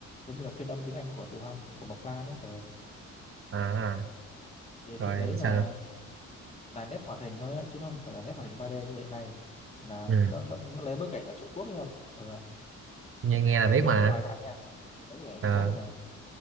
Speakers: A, on the left; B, on the right.
A: giống như là phiên âm tiếng Anh của từ Hoa của Mộc Lan ấy Ờ,
B: à
A: thì
B: rồi
A: chuyện đấy là
B: sao nữa
A: là nét hoạt hình thôi á chứ nó không phải là nét hoạt hình 3D như hiện nay là
B: ừ.
A: nó nó, nó lấy bối cảnh ở Trung Quốc ấy không ừ.
B: nghe nghe là biết
A: mặc dù
B: mà
A: nước ngoài làm nha lấy bối cảnh ở
B: Ờ,
A: Trung Quốc thôi mà